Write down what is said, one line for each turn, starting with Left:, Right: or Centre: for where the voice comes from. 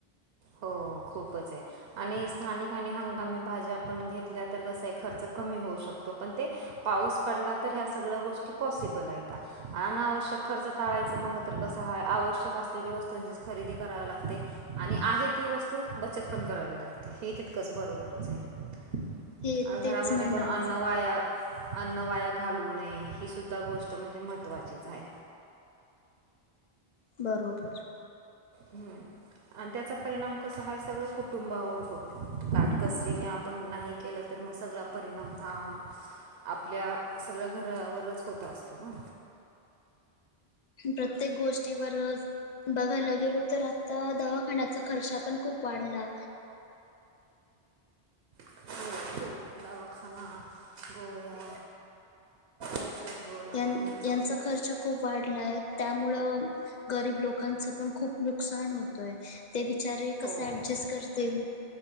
Right: हो खूपच आहे आणि स्थानिक आणि हंगामी भाज्या आपण घेतल्या तर कसा आहे खर्च कमी होऊ शकतो पण ते पाऊस पडला तर ह्या सगळ्या गोष्टी पॉसिबल आहेतेतात अनावश्यक खर्च टाळायचं म्हणलं तर कसं आहे आवश्यक असलेली वस्तूंचीच खरेदी करावे लागतते आणि आहेत ती वस्तू बचत पण करावी लागते हे तितकंच बरोबरच आहे
Left: हे
Right: घरामध्ये
Left: तेच म्हणणं
Right: पण अन्न
Left: माझं
Right: वाया अन्न वाया घालवू नये ही सुद्धा गोष्ट म्हणजे महत्त्वाचीच आहे.
Left: बरोबर
Right: हम्म आणि त्याचा परिणाम कसा हा सगळं कुटुंबावर होतो काटकसरीने आपण नाही केलं तर मग सगळा परिणाम हा आपल्या सगळ्या घरावरच होत असतो ना
Left: प्रत्येक गोष्टीवर बघायला गेलो तर आता दवाखान्याचा खर्च पण खूप वाढला.
Right: ख खूप दावाखना गोळ्या औषध गोळा
Left: यां
Right: यांचा खूप
Left: खर्च खूप वाढलाय त्यामुळं गरीब लोकांच पण खूप नुकसान होतय ते बिचारे कसं
Right: हो
Left: ॲडजस्ट करतील